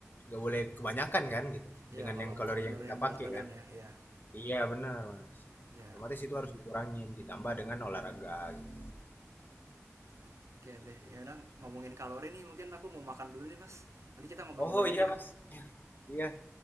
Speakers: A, on the left; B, on the right.
A: nggak boleh kebanyakan kan gitu
B: Iya,
A: dengan
B: kalau
A: yang kalori
B: mau nurunin
A: yang kita
B: berat
A: pakai
B: badan
A: kan
B: ya, ya,
A: iya benar mas
B: Ya,
A: otomatis itu harus dikurangin ditambah dengan olahraga gitu
B: oke
A: Gitu.
B: deh. Ya udah ngomongin kalori nih, mungkin aku mau makan dulu nih, Mas. Nanti kita ngobrol-ngobrol
A: oh
B: lagi
A: iya
B: ya.
A: mas <laughs> iya